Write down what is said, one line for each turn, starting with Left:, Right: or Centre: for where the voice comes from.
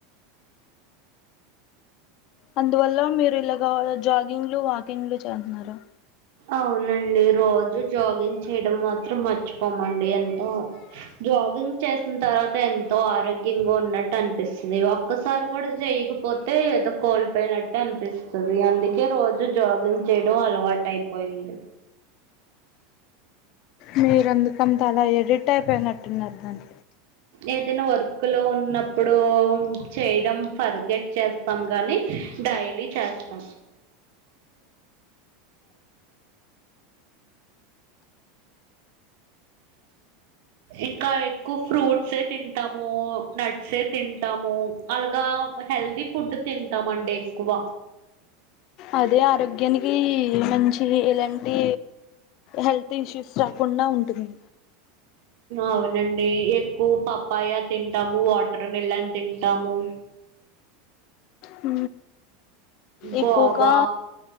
Left: అందువల్ల మీరు ఇలాగా జాగింగ్లు వాకింగ్లు చేహ్నరా
Right: అవునండి రోజూ జాగింగ్ చేయడం మాత్రం మచ్ పోమండి ఎంతో జాగింగ్ చేసిన తర్వాత ఎన్ తో ఆరోగ్యంగా ఉన్నట్టు అనిపిస్తుది ఒక్కసారి గుడా చెయకపోతే ఏదో కోల్పోయిన అనిపిస్తుది అందుకే రోజు జాగింగ్ చేయడం అలవాటు పొయింద్
Left: మీరందుకంతలా ఎడిట్ అయిపోయినట్టున్నారు దాని
Right: ఏదైనా వర్క్ లో ఉన్నప్పుడు చెయడం ఫర్గెట్ చేస్తాం గా డైలీ చేస్తా ఇంకా ఫ్రూట్ సే తింటాము నట్స్ సే తింటాము అలాగా హెల్దీ ఫుడ్ తింటామండి ఎక్కువ
Left: అదే ఆరోగ్యానికి మంచి ఎలాంటి హెల్త్ ఇష్యూస్ రాకుండా ఉంటుంది
Right: అవునండి ఎక్కువ పప్పాయ తింటాము వాటర్ మెలన్ తింటాము
Left: అ ఎకుగా
Right: గోవా